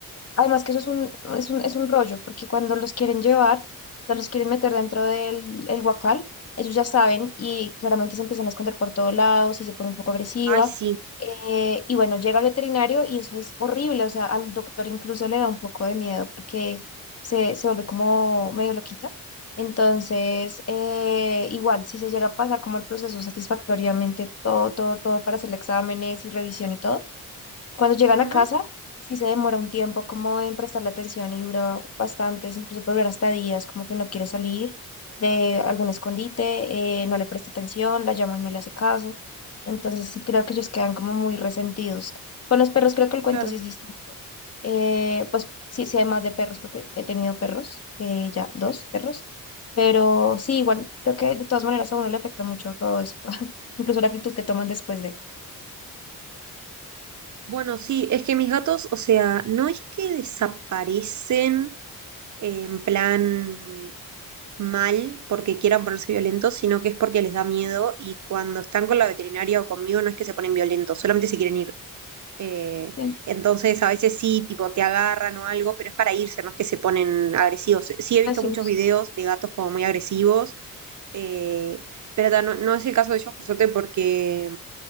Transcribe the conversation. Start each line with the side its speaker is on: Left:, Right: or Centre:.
Left: Además que eso es un, es un, es un rollo, porque cuando los quieren llevar, o sea, los quieren meter dentro del el guacal, ellos ya saben y claramente se empiezan a esconder por todos lados y se pone un poco agresiva.
Right: Ay, sí.
Left: eh, y bueno, llega el veterinario y eso es horrible, o sea, al doctor incluso le da un poco de miedo porque se, se vuelve como medio loquita. Entonces, eh, igual, si se llega a pasar como el proceso satisfactoriamente, todo, todo, todo para hacer exámenes y revisión y todo cuando llegan a
Right: Ujú,
Left: casa, sí se demora un tiempo como en prestarle atención y dura bastante, incluso puede durar hasta días, como que no quiere salir de algún escondite, eh, no le presta atención, la llama y no le hace caso. Entonces sí creo que ellos quedan como muy resentidos. Con los perros creo que el cuento
Right: claro.
Left: sí es distinto. Eh, pues sí sé más de perros porque he tenido perros, eh, ya dos perros, pero sí, igual creo que de todas maneras a uno le afecta mucho todo eso, <laughs> incluso la actitud que toman después de...
Right: Bueno, sí, es que mis gatos, o sea, no es que desaparecen eh, en plan mal porque quieran ponerse violentos, sino que es porque les da miedo y cuando están con la veterinaria o conmigo no es que se ponen violentos, solamente se quieren ir. Eh,
Left: Sí,
Right: entonces a veces sí, tipo, te agarran o algo, pero es para irse, no es que se ponen agresivos. Sí he
Left: así
Right: visto muchos
Left: es.
Right: videos de gatos como muy agresivos, eh, pero ta, no, no es el caso de ellos, por suerte, porque